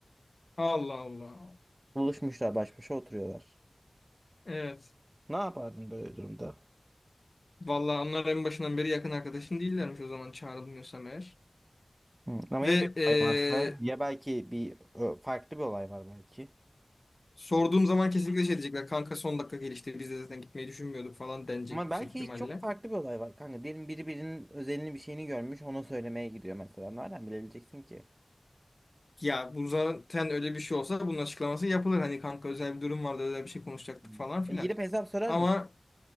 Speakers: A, on the left (about 50°); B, on the right (about 25°).
A: Allah Allah.
B: Buluşmuşlar baş başa oturuyorlar.
A: Evet.
B: Ne yapardın böyle durumda?
A: Vallahi onlar en başından beri yakın arkadaşım değillermiş o zaman çağrılmıyorsam eğer.
B: Hı, Ama
A: Ve
B: ya bir
A: eee,
B: olay varsa ya belki bir ö, farklı bir olay var belki.
A: sorduğum zaman kesinlikle şey diyecekler. Kanka son dakika gelişti. Biz de zaten gitmeyi düşünmüyorduk falan denecek
B: Ama
A: yüksek
B: belki
A: ihtimalle.
B: hiç çok farklı bir olay var kanka. Diyelim biri birinin özelini bir şeyini görmüş ona söylemeye gidiyor mesela. Nereden bilebileceksin ki?
A: Ya bu zaten öyle bir şey olsa bunun açıklaması yapılır. Hani kanka özel bir durum vardı özel bir şey konuşacaktık
B: Hmm.
A: falan filan.
B: E, girip hesap sorar
A: Ama
B: mısın?